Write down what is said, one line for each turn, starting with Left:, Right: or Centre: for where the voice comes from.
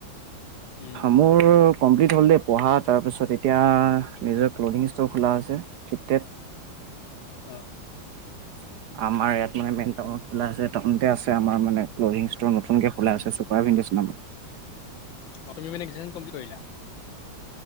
Left: উম
Right: মোৰ কমপ্লিট হ'ল দেই পঢ়া তাৰপিছত এতিয়া নিজৰ ক্লথিং ষ্ট'ৰ খোলা আছে। <unintelligible> <unintelligible>
Left: অ।
Right: <unintelligible> আমাৰ ইয়াত মান মেইন টাউনত খোলা আছে টাউনতে আছে আমাৰ মানে ক্লথিং স্তৰ নতুনকে খোলা আছে <unintelligible> নাম।
Left: অ তুমি গ্ৰেজুৱেচন কম্পিলিট কৰিলা?